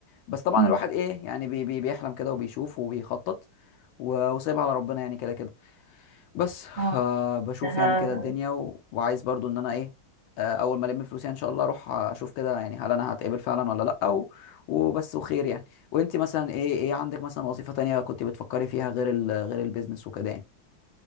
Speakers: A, on the left; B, on the right.
A: بس طبعا
B: امم
A: الواحد ايه يعني بي بي بيحلم كده وبيشوف وبيخطط و- وسايبها على ربنا يعني كده كده بس فبشوف
B: اه آه
A: يعني كده الدنيا و... وعايز برضو ان انا ايه آه، اول ما الم الفلوس يعني ان شاء الله اروح اشوف كده يعني هل انا هتقبل فعلا ولا لا و... وبس وخير يعني وانت مثلا ايه ايه عندك مثلا وظيفة تانية كنت بتفكري فيها غير ال... غير البيزنس وكده يعني